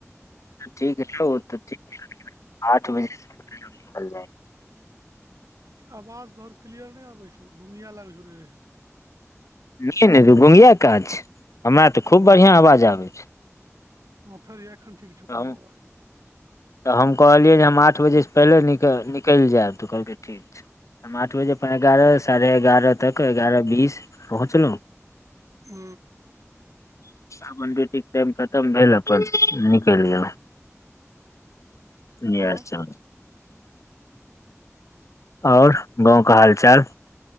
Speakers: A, on the left; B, on the right.
A: ठीक रहै ओ तऽ ठीक लिना आठ बजे निकल जाए।
B: आवाज तोहर क्लियर नहि आबै छौ बुनिया लागै छौ रहिके
A: नहि नहि रू गुमिया काज छै हमरा ते खूब बढ़िया आवाज आबे छै।
B: ह फेर एखन ठीक
A: तऽ
B: छौ तोरो
A: हम
B: आवाज।
A: तऽ हम कहलियै जे हम आठ बजेस पहिले निकलि जायब तऽ कहलकै ठीक छै। हम आठ बजे एगारह साढ़े एगारह तक एगारह बीस पहुँचलहुँ
B: हू
A: अपन ड्यूटीक के टाइम खतम भेल अपन निकल गेल
B: हँ
A: य च आओर गाव कऽ हाल चाल।